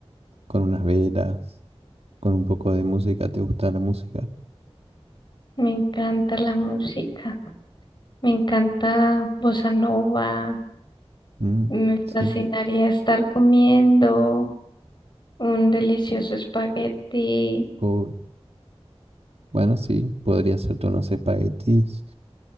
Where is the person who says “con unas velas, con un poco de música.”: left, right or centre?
Right